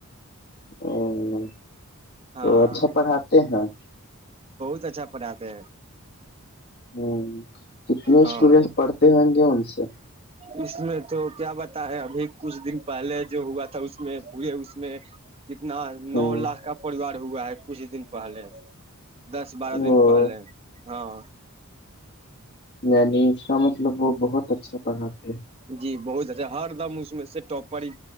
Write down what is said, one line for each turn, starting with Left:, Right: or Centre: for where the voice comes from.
Left: ہ <unintelligible>
Right: ہاں
Left: تو اچھا پڑھاتے ہیں
Right: ب اچھا پڑھاتے ہیں <unintelligible>
Left: ہوں کتنے اسٹوڈینٹ
Right: ہاں
Left: پڑھتے ہوں گے ان سے
Right: اس میں تو کیا بتائے ابھی کچھ دن پہلے جو ہوا تھا اس میں پورے اس میں کتنا
Left: ہ
Right: نو لاکھ کا پوار ہوا ہے کچھ دن پہلے دس بارہ
Left: وہ
Right: دن پہلے ہاں
Left: یعنی اس کا مطلب وہ بہت اچھا پڑھا تھا
Right: جی بہت اچھا ہر دم اس میں سے ٹاپر ہی